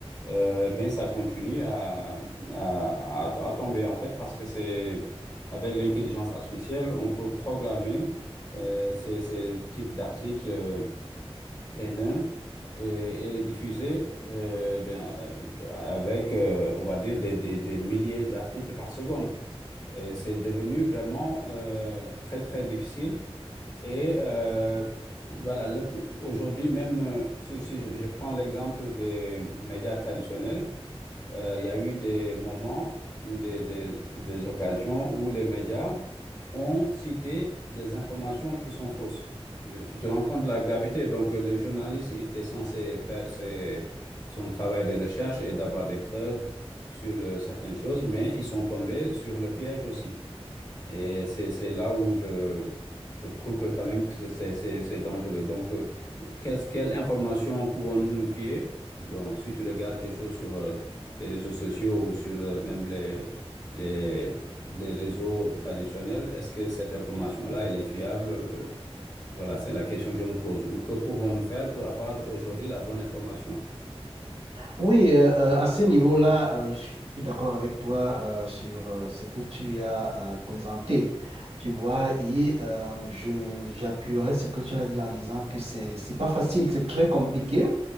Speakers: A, on the left; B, on the right.
A: Euh, mais ça continue à, à, à to- à tomber en fait parce que c'est avec l'intelligence artificielle, on peut programmer euh, ces, ces types d'articles euh, haineux et, et les diffuser euh, ben, euh, avec, euh, on va dire, des, des, des milliers d'articles par seconde. Et c'est devenu vraiment euh, très, très difficile et euh, voilà, le- aujourd'hui même, euh, si, si je je prends l'exemple des médias traditionnels, euh, il y a eu des moments ou des, des, des occasions où les médias ont cité des informations qui sont fausses. Euh, Tu te rends compte de la gravité. Donc, euh, le journaliste il était censé faire ses- son travail de recherche et d'avoir des preuves sur euh, certaines choses, mais ils sont tombés sur le piège aussi. Et c'est, c'est là où je, je trouve que quand même que c'est c'est- c'est dangereux. Donc, euh, qu'est-ce, quelle information pouvons-nous nous fier? Bon, si tu regardes quelque chose sur euh, les réseaux sociaux ou sur euh, même les, les, les réseaux traditionnels, est-ce que cette information-là, elle est fiable? Euh, voilà, c'est la question que je me pose. Ou que pouvons-nous faire pour avoir aujourd'hui la bonne information?
B: Oui, euh, euh, à ce niveau-là, euh, je suis d'accord avec toi euh, sur euh, ce que tu as euh, présenté. Tu vois, et euh, je j'appuierai ce que tu as dit en disant que c'est c'est pas facile, c'est très compliqué.